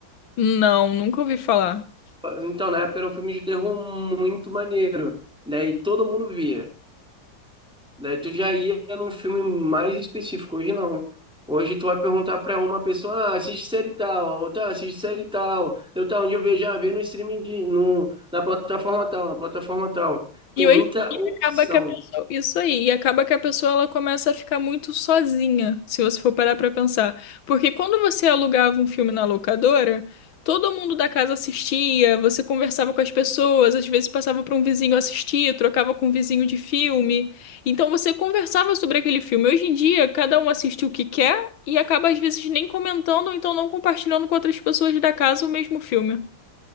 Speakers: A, on the left; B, in the centre.
A: Não, nunca ouvi falar.
B: Então, na época era um filme de terror muito maneiro. Daí todo mundo via. Daí tu já ia num filme mais específico. Hoje não. Hoje tu vai perguntar pra uma pessoa, ah, assiste série tal, a outra, "Ah, assiste série tal. Eu tá onde eu vejo, ah, vê no streaming de, no, na plataforma tal, na plataforma tal. Tem
A: E hoje
B: muita
A: em
B: opção.
A: dia acaba que a pessoa, isso aí, e acaba que a pessoa ela começa a ficar muito sozinha, se você for parar pra pensar. Porque quando você alugava um filme na locadora, todo mundo da casa assistia, você conversava com as pessoas, às vezes passava para um vizinho assistir, trocava com um vizinho de filme. Então você conversava sobre aquele filme. Hoje em dia, cada um assiste o que quer e acaba às vezes nem comentando ou então não compartilhando com outras pessoas da casa o mesmo filme.